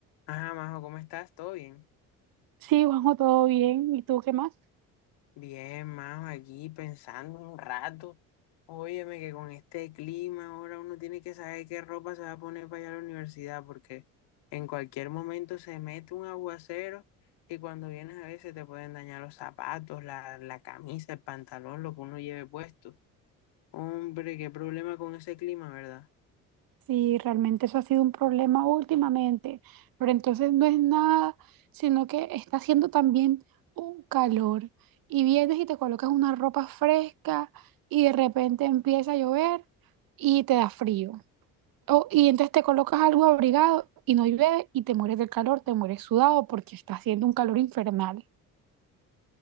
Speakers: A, on the left (about 70°); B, on the right (about 55°).
A: Ah, Majo, ¿cómo estás? ¿Todo bien?
B: Sí, Juanjo, todo bien. ¿Y tú qué más?
A: Bien, Majo, aquí pensando un rato. Óyeme, que con este clima ahora uno tiene que saber qué ropa se va a poner para ir a la universidad, porque en cualquier momento se mete un aguacero y cuando vienes a veces te pueden dañar los zapatos, la, la camisa, el pantalón, lo que uno lleve puesto. Hombre, qué problema con ese clima, ¿verdad?
B: Sí, realmente eso ha sido un problema últimamente, pero entonces no es nada, sino que está haciendo también un calor y vienes y te colocas una ropa fresca y de repente empieza a llover y te da frío. O, y entonces te colocas algo abrigado y no llueve y te mueres del calor, te mueres sudado porque está haciendo un calor infernal.